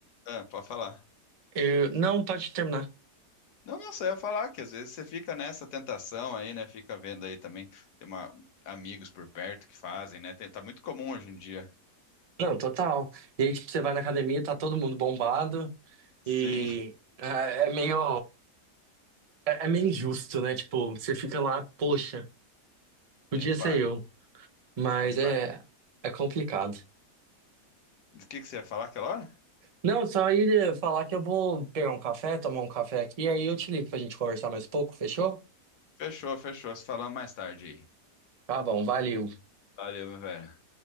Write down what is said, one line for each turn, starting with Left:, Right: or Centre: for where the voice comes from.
Left: ah, pode falar.
Right: eu... não pode terminar.
Left: Não, não, só ia falar que às vezes você fica nessa tentação aí, né? Fica vendo aí também tem uma amigos por perto que fazem, né? Tem- tá muito comum hoje em dia. <laughs>
Right: Não, total. E aí, tipo, você vai na academia, tá todo mundo bombado.
Left: Sim,
Right: E ah, é meio, é, é meio injusto, né? Tipo, você fica lá, poxa,
Left: nem
Right: podia
Left: fale.
Right: ser eu, mas
Left: Faz
Right: é,
Left: parte.
Right: é complicado.
Left: Do que que você ia falar aquela hora?
Right: Não, só ia falar que eu vou pegar um café, tomar um café aqui, aí eu te ligo pra gente conversar mais um pouco, fechou?
Left: Fechou, fechou. Se falamos mais tarde aí.
Right: Tá bom, valeu.
Left: Valeu, meu velho.